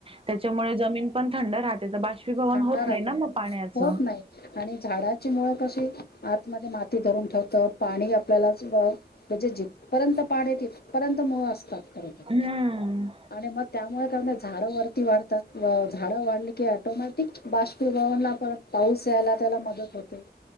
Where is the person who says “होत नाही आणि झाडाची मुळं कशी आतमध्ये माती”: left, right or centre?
Left